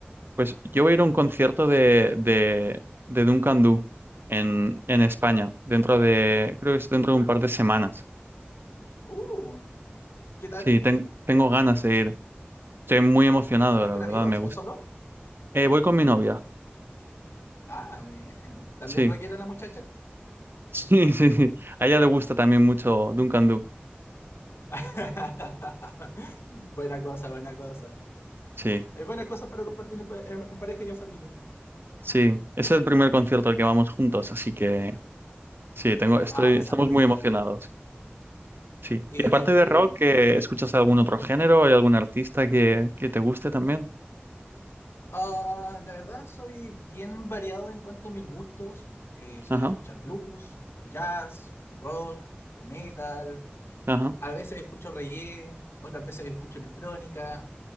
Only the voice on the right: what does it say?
Pues yo voy a ir a un concierto de, de, de Duncan Du en, en España, dentro de, creo que es dentro de un par de semanas.
Sí, ten- tengo ganas de ir. Estoy muy emocionado,
la
verdad,
me gusta.
Eh, voy con mi novia,
sí.
<laughs>
Sí, sí, sí. A ella le gusta también mucho Duncan Du.
Sí,
sí. Es el primer concierto al que vamos juntos, así que sí, tengo, estoy,
estamos
muy emocionados. Sí.
Y aparte de rock, ¿eh, ¿escuchas algún otro género? ¿Hay algún artista que, que te guste también?
Ajá,
ajá.